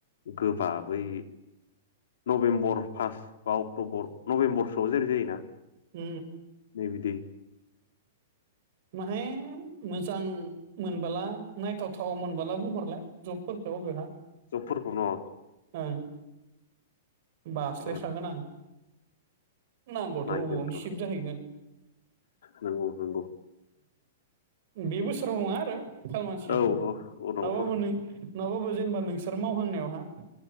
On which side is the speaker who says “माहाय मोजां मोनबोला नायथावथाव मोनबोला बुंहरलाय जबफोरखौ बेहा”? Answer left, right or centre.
Right